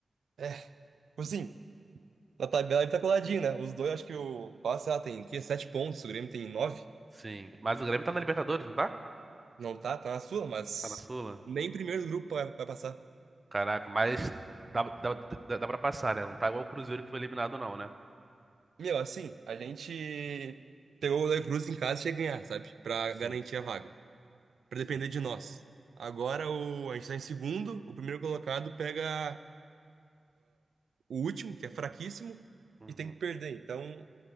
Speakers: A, on the right; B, on the right.
A: é, tipo assim, na tabela ele tá coladinho, né? Os dois, acho que o Barça, sei lá, tem, que, sete pontos, o Grêmio tem nove.
B: Sim. Mas o Grêmio tá na Libertadores, não tá?
A: Não tá, tá na sua, mas
B: Tá na Sula?
A: nem primeiro do grupo vai, vai passar.
B: Caraca, mas dá, dá, dá, dá pra passar, né? Não tá igual o Cruzeiro que foi eliminado, não, né?
A: Meu, assim, a gente pegou o Leverkusen em casa e tinha que ganhar, sabe? Pra
B: Sim,
A: garantir a vaga, pra depender
B: sim.
A: de nós. Agora o, a gente tá em segundo, o primeiro colocado pega o último, que é fraquíssimo,
B: Uhum.
A: e tem que perder. Então,